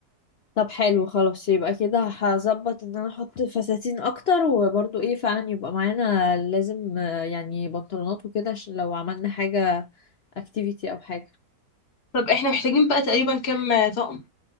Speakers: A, on the left (about 60°); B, on the left (about 75°).
A: طب حلو خلاص يبقى كده هظبط ان انا احط فساتين اكتر وبرضو ايه فعلا يبقى معانا لازم آه، يعني بنطلونات وكده عشان لو عملنا حاجة اكتيفيتي او حاجة
B: طب احنا محتاجين بقى تقريبا كام طقم